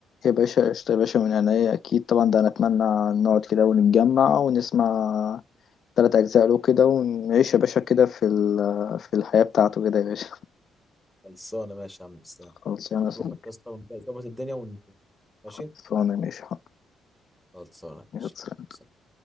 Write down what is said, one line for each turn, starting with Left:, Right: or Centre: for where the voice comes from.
Left: يا باشا قشطة يا باشا من عينيا أكيد طبعا ده أنا أتمنى نقعد كده ونتجمع ونسمع تلات أجزاء له كده ونعيش يا باشا كده في ال- في الحياة بتاعته كده يا باشا
Centre: خلصانة ماشي يا عم إسلام.
Left: خلصانة يا
Centre: شوفك
Left: صديقي.
Centre: يا اسطى ونظبط الدنيا ونشوف ماشي
Left: خلصانة ماشي حاضر.
Centre: خلصانة ماشي
Left: يلا، سلام.
Centre: يلا.